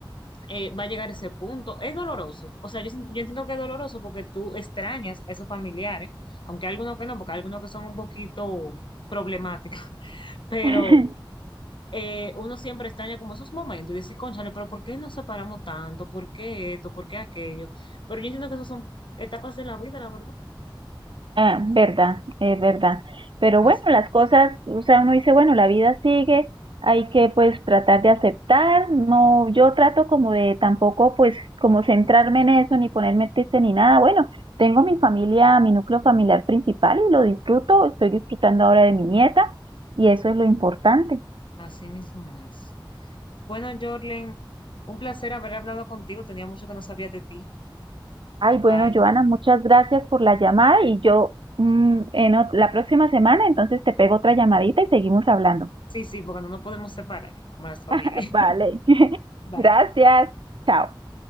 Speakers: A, on the left (about 65°); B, on the right (about 70°).
A: eh, va a llegar ese punto. Es doloroso. O sea, yo, sin- yo entiendo que es doloroso porque tú extrañas a esos familiares, aunque hay algunos que no, porque hay algunos que son un poquito problemáticos, <laughs> pero
B: <laughs>
A: eh, uno siempre extraña como esos momentos y dice, cónchale, pero ¿por qué nos separamos tanto? ¿Por qué esto? ¿Por qué aquello? Pero yo entiendo que esas son etapas de la vida, la verdad.
B: Ah, verdad, es verdad. Pero
A: Así,
B: bueno, las cosas, o sea, uno dice, bueno, la vida sigue, hay que pues tratar de aceptar, no, yo trato como de tampoco pues como centrarme en eso, ni ponerme triste ni nada. Bueno, tengo mi familia, mi núcleo familiar principal y lo disfruto, estoy disfrutando ahora de mi nieta y eso es lo importante.
A: así mismo es. Bueno, Jorlen, un placer haber hablado contigo. Tenía mucho que no sabía de ti.
B: Ay, bueno,
A: Bye.
B: Joana, muchas gracias por la llamada y yo mm, en ot- la próxima semana entonces te pego otra llamadita y seguimos hablando.
A: Sí, sí, porque no nos podemos separar, como las familias.
B: <laughs> Vale. <laughs>
A: <laughs> Bye.
B: Gracias. Chao.